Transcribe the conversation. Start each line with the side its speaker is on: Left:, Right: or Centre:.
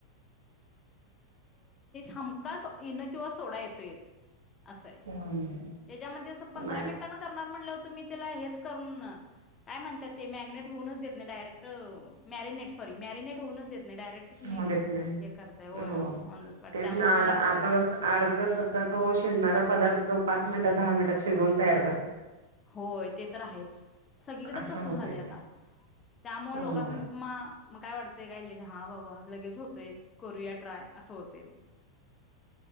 Left: हमखास इनो किंवा सोडा येतोयच असंय
Right: हम्म
Left: त्याच्यामध्ये असं पंधरा
Right: नाही
Left: मिनिटांना करणार म्हटलं तुम्ही त्याला हेच करून, काय म्हणत्यात ते म्येगणेट होऊनच देत नाही डायरेक्ट म्यारीनेट सॉरी मॅरिनेट होउनच देत नाही डायरेक्ट तुम्ही
Right: होऊ देत नाही.
Left: हे करताय होय
Right: हो
Left: ऑन द स्पॉट
Right: तेच
Left: त्यामुळं
Right: ना
Left: कणी
Right: अर्धा तास अर्धा तासाचा तो शिजणारा पदार्थो तो पाच मिनिटात दहा मिनिटात शिजवून तयार कर
Left: होय ते तर आहेच सगळीकडे
Right: असं
Left: तस
Right: होतय
Left: झालंय आता
Right: ते
Left: त्यामुळे
Right: हो
Left: लोकांसनी मा म काय वाटतेय काय ले हा बाबा लगेच होतय करूया ट्राय असं होतय ते.